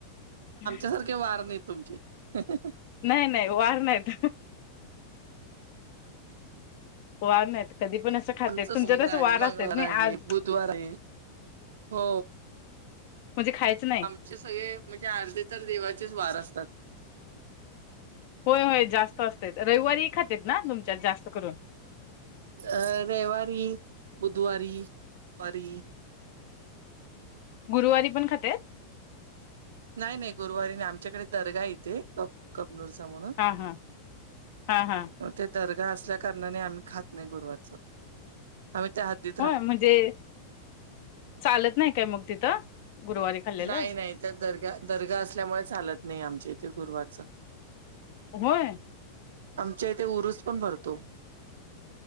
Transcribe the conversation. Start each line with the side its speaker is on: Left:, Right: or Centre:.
Left: ठी <unintelligible>
Right: धरके वार नाही तुमचे. ह <unintelligible>
Left: नाही नाही वार नाहीत. वार नाहीत. कधी पण असं खाते
Right: आमच
Left: तुमच्या
Right: सोमवार
Left: तसं
Right: आहे.
Left: वार
Right: मंगळवार
Left: असतात नाही
Right: आहे.
Left: आज
Right: बुधवार आहे. हो.
Left: म्हणजे खायचं नाही.
Right: आमचे सगळे म्हणजे अर्धे तर देवाचेच वार असतात.
Left: होय होय जास्त असते. रविवारी खातेत ना तुमच्यात जास्त करून.
Right: अ रविवारी, बुधवारी,, वारी?
Left: गुरुवारी पण खात्यात?
Right: नाही नाही. गुरुवारी नाही. आमच्या इकडे दर्गा आहे येथे कबनूरचा म्हणून.
Left: हां हां हां हां.
Right: म ते दर्गा असल्या कारणाने आम्ही खात नाही गुरुवारच. आमि त्या हाद्दीत.
Left: होय म्हणजे चालत नाई काय मग तिथं गुरुवारी? खाल्लेलं
Right: नाही नाही त्या दर्गा दर्गा असल्यामुळे चालत नाही. आमच्या इथे गुरुवारच.
Left: होय.
Right: आमच्या इथे उरूस पण भरतो.